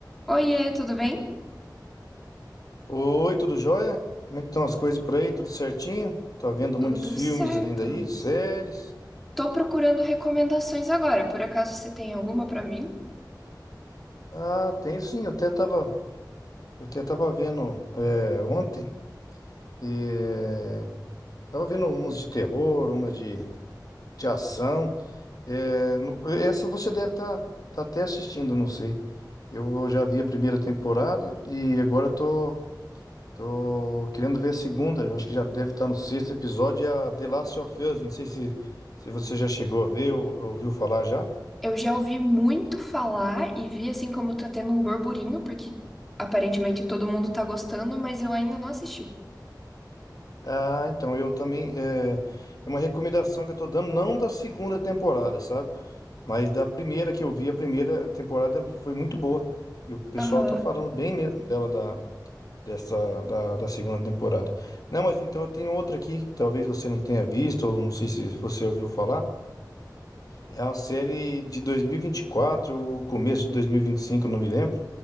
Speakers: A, in the centre; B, on the left.
A: Oiê, tudo bem?
B: Oi, tudo jóia? Como é que estão as coisas por aí? Tudo certinho? Tá vendo
A: Tudo
B: muitos filmes
A: certo.
B: ainda aí, séries?
A: Tô procurando recomendações agora. Por acaso você tem alguma pra mim?
B: Ah, tenho sim, eu até tava, eu até tava vendo é, ontem. é, tava vendo uns de terror, uma de, de ação. É, no- essa você deve estar tá, tá até assistindo, não sei. Eu já vi a primeira temporada e agora tô. Tô querendo ver a segunda, eu acho que já deve estar no sexto episódio, é a The Last of Us. Não sei se, se você já chegou a ver ou, ou ouviu falar já.
A: Eu já ouvi muito falar e vi assim como tá tendo um burburinho, porque aparentemente todo mundo tá gostando, mas eu ainda não assisti.
B: Ah, então eu também. É, é uma recomendação que eu tô dando, não da segunda temporada, sabe? Mas da primeira que eu vi, a primeira temporada foi muito boa. E o pessoal
A: Aham.
B: tá falando bem mesmo dela, da, dessa, da, da segunda temporada. Não, mas então eu tenho outra aqui, que talvez você não tenha visto, ou não sei se você ouviu falar. É a série de 2024, o começo de 2025, eu não me lembro.